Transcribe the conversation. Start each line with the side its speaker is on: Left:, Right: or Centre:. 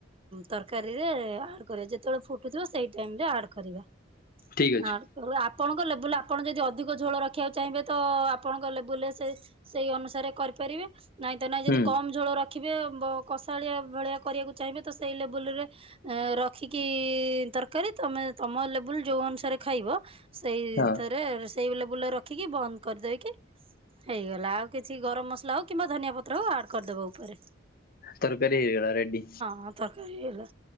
Right: ତରକାରୀ ରେ ଆଡ୍ କରେ ଯେତେବେଳେ ଫୁଟୁ ସେଇ ଟାଇମ ରେ ଆଡ଼ କରିବା।
Left: ଠିକ୍
Right: <unintelligible>
Left: ଅଛି
Right: ଆପଣଙ୍କ ଲେବୁଲ ଆପଣ ଯଦି ଅଧିକ ଝୋଳ ରଖିବାକୁ ଚାହିଁବେ ତ ଆପଣଙ୍କ ଲେବୁଲ ସେଇ ଅନୁସାରେ କରି କରିବେ ନାଇଁ ତ ନାଇଁ
Left: ହୁଁ
Right: ଯଦି କମ ଝୋଳ ରଖି ରଖିବେ କଷାଳିଆ ଭଳିଆ କରିବାକୁ ଚାହିଁବେ ତ ସେଇ ଲେବୁଲରେ ରଖିକି ତରକାରୀ ତମେ ତମ ଲେବୁଲ ଯୋଉ ଅନୁସାରେ ଖାଇବ ସେଇଥିରେ
Left: ହଁ
Right: ରୋଷଇ ସେଇ ଲେବୁଲ୍ ରେ ରଖିକି ବନ୍ଦ କରିଦେଇକି ହେଇଗଲା ଆଉ କିଛି ଗରମ ମସଲା ହଉ କିମ୍ବା ଧନିଆ ପତ୍ର ହଉ ଆଡ କରିଦବ ଉପରେ।
Left: ତରକାରୀ ହେଇଗଲା ରେଡି
Right: ହଁ ତରକାରୀ ହେଇଗଲା